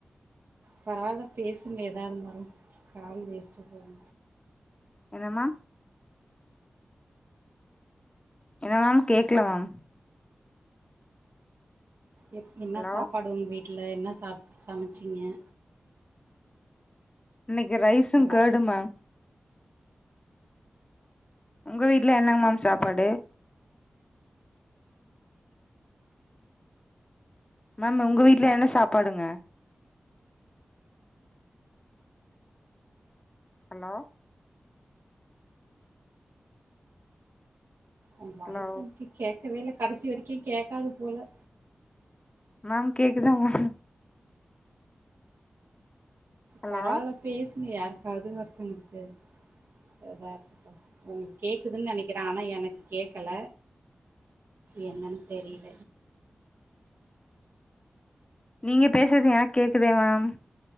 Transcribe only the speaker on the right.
பரவால பேசுங்க எதா இருந்தாலு கால் வேஸ்ட்டா போகு
எப் என்னா
சாப்பாடு உங்க வீட்ல என்ன சாப் சமச்சிங்க
ஹலோ
உ வாய்ஸ்சு
எனக்கு கேக்கவே இல்ல கடைசி வரைக்கு கேக்காது போல
பரவால்ல பேசுங்க யாருக்காவது ஒருத்தவ்ங்ளுக்கு அதா இருக்கட்டு உங்ளுக் கேக்குதுன் நெனைக்றே ஆனா எனக்கு கேக்கல என்னன் தெரில